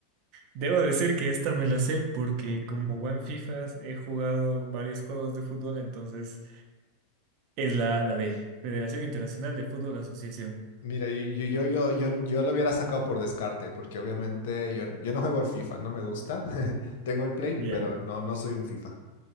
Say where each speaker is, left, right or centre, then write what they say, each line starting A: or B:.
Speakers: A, on the right; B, on the left.
A: debo decir que esta me la sé porque como buen FIFAs he jugado varios juegos de fútbol, entonces es la, la de Federación Internacional de Fútbol Asociación.
B: Mira, yo, yo, yo, yo, yo yo lo hubiera sacado por descarte, porque obviamente yo, yo no juego al FIFA, no me gusta. <laughs> Tengo el Play, pero
A: Ya,
B: no, no soy un FIFA.